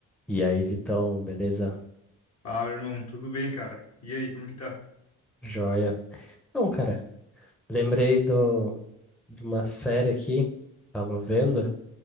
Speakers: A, in the centre; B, on the left.
A: E aí, Vitão, beleza?
B: Fala, irmão, tudo bem, cara? E aí, como que tá?
A: Joia. Então, cara, lembrei do, de uma série aqui, tava vendo,